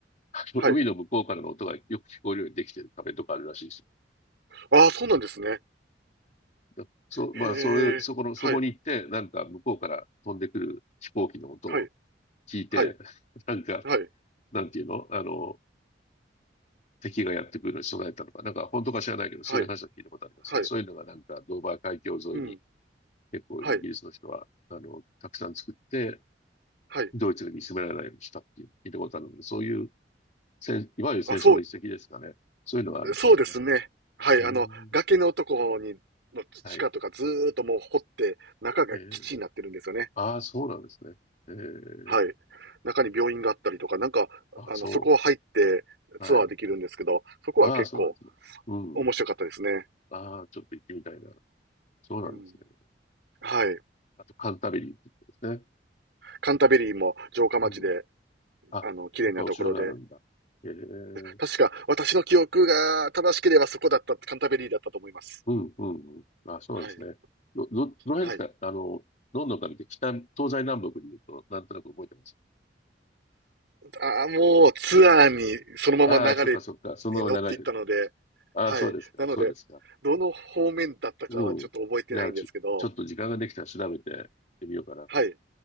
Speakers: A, on the left; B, on the right.
A: あの海の向こうからの音がよく聞こえるようにできてる壁とかあるらしいです
B: はい。ああ、そうなんですね。
A: よ。だそまあ、
B: へえ、
A: それ、そこの、
B: はい、
A: そこに行って、なんか向こうから飛んでくる飛行機の音を
B: はい、
A: 聞いて、
B: はい、
A: <laughs> なんか、
B: はい、
A: なんていうのあの、敵がやってくるのに備えたのか、なんか本当か知らないけど、
B: はい、
A: そういう話は聞いたことありますね。
B: はい、
A: そういうのがなんか、ドーバー海峡沿いに
B: うん、
A: 結構イギリスの人は、
B: はい、
A: あの、たくさん作って、
B: はい。
A: ドイツに見つめられないようにしたっていう聞いたことあるので、そういう戦、いわゆる戦争の一石ですかね。
B: あ、そう、
A: そういうのはあるんですかね。
B: そうですね。はい、
A: うーん。
B: あの、崖のところに、の地下とかずーっともう掘って、
A: はい。
B: 中が基地になってるんですよね。
A: えー、ああ、そうなんですね。えー、
B: はい。中に病院があったりとか、なんか、
A: あ、
B: あの、
A: そ
B: そこを入ってツアーできるんですけど、
A: う。はい。
B: そこは結構
A: ああ、そうなんですね。うん。
B: 面白かったですね。
A: ああ、ちょっと行ってみたいな。そうなんですね。
B: うん。はい。
A: あと、カンタベリーってことですね。
B: カンタベリーも城下町で、
A: うん。あ、
B: あの、綺麗なところで、
A: やっぱりお城があるんだ。えー
B: 確か、私の記憶が正しければそこだった、カンタベリーだったと思います。
A: うん、うん、うん。あ、そうですね。
B: はい。
A: ど、ど、どの辺ですかあの、
B: はい。
A: ロンドンから見て、北、東西南北で言うと、なんとなく覚えてます。
B: ああ、もうツアーにそのまま流れ
A: ああ、そっかそっか。そのまま流れてるって感じ。
B: に乗っていったので、
A: ああ、
B: はい。
A: そうですか。
B: なので、
A: そうですか。
B: どの方面だったかはちょっと覚えてないんですけど、
A: うん。じゃあ、ちょ、ちょっと時間ができたら調べて行ってみようかな。
B: はい。